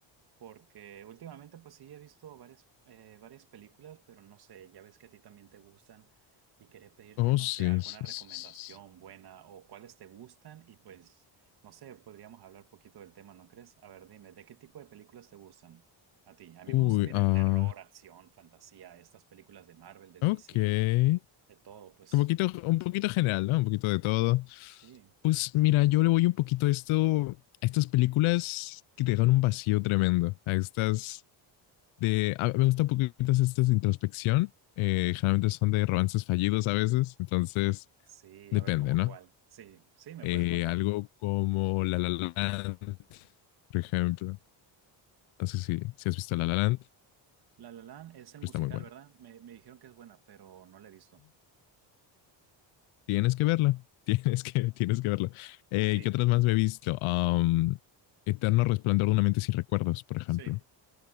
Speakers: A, on the right (about 50°); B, on the left (about 80°).
A: porque últimamente pues sí he visto varias, eh, varias películas, pero no sé, ya ves que a ti también te gustan y quería pedirte,
B: Oh,
A: no
B: sí,
A: sé, alguna
B: sí,
A: recomendación
B: sí, sí. sí.
A: buena o cuáles te gustan y pues, no sé, podríamos hablar un poquito del tema, ¿no crees? A ver, dime, ¿de qué tipo de películas te gustan a ti? A mí
B: Uy,
A: me gusta, mira,
B: ah,
A: el terror, acción, fantasía, estas películas de Marvel, de
B: ok.
A: DC, de todo, pues
B: Un poquito, un poquito general, ¿no? Un poquito de todo.
A: sí.
B: Pues mira, yo le voy un poquito a esto, a estas películas que te dejan un vacío tremendo. A estas de, a- me gustan un poquito estas de introspección. Eh, generalmente son de romances fallidos a veces, entonces
A: Sí,
B: depende,
A: a ver cómo
B: ¿no?
A: cuál. Sí, sí, me
B: Eh,
A: puedes contar.
B: algo como La La Land, por ejemplo. No sé si, si has visto La La Land, pero
A: La La Land es el
B: está
A: musical,
B: muy bueno.
A: ¿verdad? Me, me dijeron que es buena, pero no la he visto.
B: Tienes que verla. <laughs> Tienes que, tienes que verla. Eh,
A: Sí,
B: ¿qué otras más me he visto? Um, Eterno Resplandor de una mente sin recuerdos, por ejemplo.
A: sí,